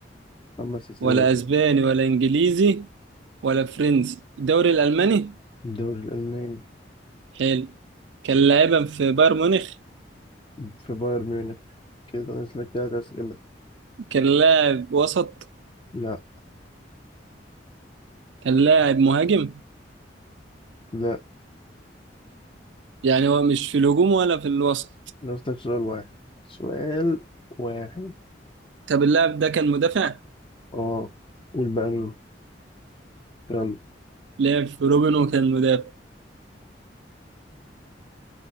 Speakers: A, on the left; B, on the right.
A: خمس أسئلة
B: ولا
A: كده
B: اسباني ولا انجليزي ولا فرنسي الدوري الالماني
A: الدوري الألماني
B: حلو كان لاعبا في بايرن ميونخ
A: في بايرن ميونخ كده ناقص لك تلات أسئلة
B: كان لاعب وسط
A: لا
B: كان لاعب مهاجم
A: لا
B: يعني هو مش في الهجوم ولا في الوسط
A: ناقص لك سؤال واحد سؤال واحد
B: طب اللاعب ده كان مدافع
A: اه قول بقى مين يلا
B: لعب في روبن وكان مدافع